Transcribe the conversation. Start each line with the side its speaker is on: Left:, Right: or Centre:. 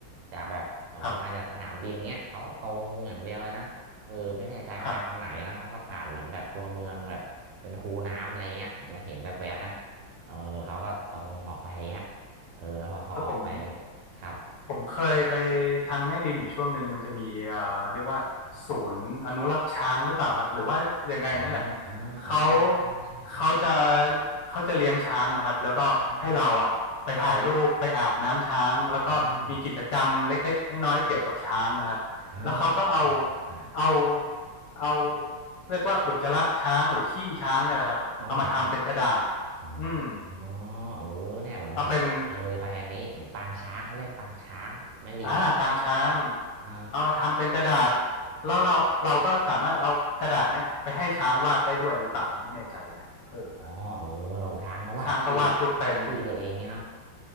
Right: จากแบบเออผมมาจากสนามบินเงี้ยเขาก็ตรงอย่างเดียวเลยนะเออไม่แน่ใจเขาไปทางไหนนะแล้วก็ผ่านเหมือนแบบตัวเมืองแบบเป็นคูน้ำอะไรเงี้ยผมก็เห็นแวบๆนะ
Left: ครับครับ
Right: เออเขาก็ตรงออกไปเงี้ยเออพอพอออกไป
Left: เออผม
Right: ครับ
Left: ผมเคยไปทางแม่ริมอยู่ช่วงหนึ่งมันจะมีเอ่อเรียกว่าศูนย์อนุรักษ์ช้างหรือเปล่าครับหรือว่ายังไงนี่แหละ
Right: อ๋ออ๋ออ๋ออ๋อใช่ใช่ใช่
Left: เขาเขาจะเขาจะเลี้ยงช้างนะครับแล้วก็ให้เราอ่ะไปถ่ายรูปไปอาบน้ำช้างแล้วก็มีกิจกรรมเล็กๆน้อยๆเกี่ยวกับช้างนะครับแล้วเขาก็เอา
Right: อ่าใช่อ่าออใช่ใช่ใช่
Left: เอาเอาเรียกว่าอุจจาระช้างหรือขี้ช้างเนี่ยแหละครับเอามาทำเป็นกระดาษ
Right: อ๋อครับ อ๋
Left: อืม
Right: อเออเนี่ยเหมือนผมจะเลยไปอันนี้เห็นปางช้างเขาเรียกปางช้างแม่ริมอะไรอย่างนี้
Left: เอาเป็น อ่าปางช้าง
Right: เออ
Left: เอาทำเป็นกระดาษแล้วเราเราก็สามารถเอากระดาษเนี้ยไปให้ช้างวาดได้ด้วยหรือเปล่าไม่แน่ใจนะเออ
Right: อ๋อเออเราช้างก็วาดที่วาดที่ตัวเองงี้เนาะ
Left: ช้างก็วาดรูปเป็น